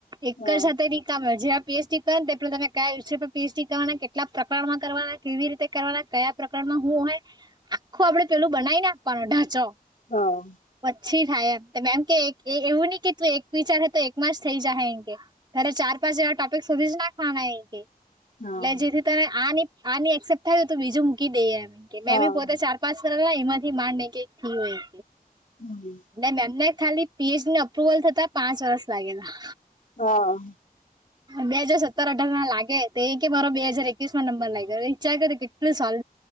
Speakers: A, on the right; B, on the left.
A: એક
B: હા
A: જ સાથે કામ જેવા પીએચડી કર ને પેલા તમે કયા વિષય પર પીએચડી કરવાના, કેટલા પ્રકરણમાં કરવાના, કેવી રીતે કરવાના કયા પ્રકારમાં હું હોય આખું આપડે પેલું બનાવીને આપવાનો ઢાંચો
B: હા
A: પછી થાય એમ કે એવું નહી કે તું એક વિચારે તો એકમાં જ થઈ જ એરે ચાર પાછા ટોપિક સુોધી જ નાખવાના કે એટલે
B: હા
A: જેથી તમે આ આ ની એક્સેપ્ટ થાય તો બીજું મૂકી દઈએ એમ કે મેં
B: હા
A: બી પોતે ચાર પાંચ એમાંથી માંડ એક એક થયું હોય
B: હમ
A: અને એમને ખાલી પીએચડી અપ્રુવલ થતા પાંચ વર્ષ લાગેલા
B: હા
A: બે હાજર સત્તર અઢાર ના લાગે તો એ કે મારો બે હજાર એકવીસ માં નંબર લાગ્યો વિચાર કરો કેટલું સાલ